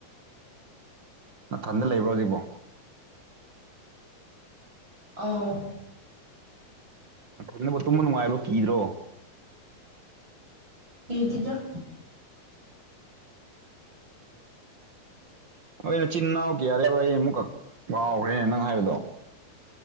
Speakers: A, on the right; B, on the right.
A: ꯅꯊꯟꯗ ꯂꯩꯕ꯭ꯔꯣ ꯍꯧꯖꯤꯛꯕꯣ
B: ꯑꯧ
A: ꯅꯊꯟꯊ ꯇꯨꯝꯕ ꯅꯨꯡꯉꯥꯏꯕ꯭ꯔ ꯀꯤꯗ꯭ꯔꯣ?
B: ꯀꯤꯗꯦ ꯗ
A: ꯅꯣꯏ ꯅꯆꯤꯟ ꯏꯅꯥꯎ ꯀꯌꯥꯅꯦꯕ ꯑꯩ ꯑꯃꯨꯛꯀ ꯀꯥꯎꯈ꯭ꯔꯦ ꯅꯪ ꯍꯥꯏꯕꯗꯣ?